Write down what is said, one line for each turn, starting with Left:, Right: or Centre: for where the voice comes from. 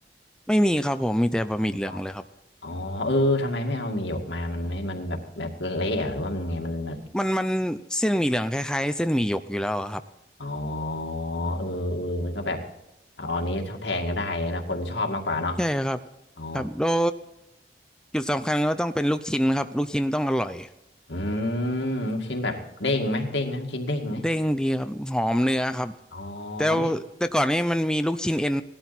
Centre: ไม่มีครับผมมีแต่บะหมี่เหลืองเลยครับ
Left: อ๋ออ๋อเออทำไมไม่เอาหมีหยกมามันไม่มันแบบแบบเละอะหรือว่ามันไงมันแบบ
Centre: มันมันเส้นหมี่เหลืองคล้ายๆเส้นหมี่หยกอยู่แล้วอะครับ
Left: อ๋อเออเออมันก็แบบเอาอันนี้ทดแทนก็ได้นะคนชอบมากกว่าเนาะ
Centre: ใช่ครับ
Left: อ๋อ
Centre: ครับแล้วจุดสำคัญก็ต้องเป็นลูกชิ้นครับลูกชิ้นต้องอร่อย
Left: อืมลูกชิ้นแบบเด้งไหมเด้งนะลูกชิ้นเด้งไหม
Centre: เด้งดีครับหอมเนื้อครับ
Left: อ๋อ
Centre: แต่
Left: เนี่ย
Centre: แต่ก่อนนี้มันมีลูกชิ้นเอ็น